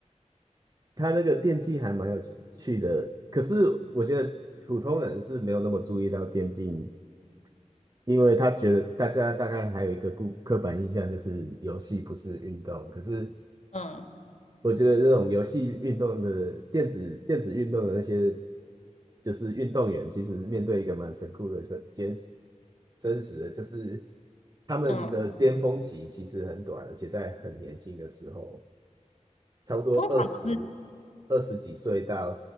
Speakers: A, on the right (about 30°); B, on the left (about 65°).
A: 他那个电竞还蛮有趣的，可是我觉得普通人是没有那么注意到电竞，因为他觉得大家大概还有一个固刻板印象就是游戏不是运动，可是
B: 嗯
A: 我觉得这种游戏运动的电子电子运动的那些就是运动员，其实面对一个蛮残酷的是真实真实的，就是他们的巅峰期其实很短，
B: 嗯，
A: 而且在很年轻的时候。差不多二十
B: 通常都是
A: 二十几岁到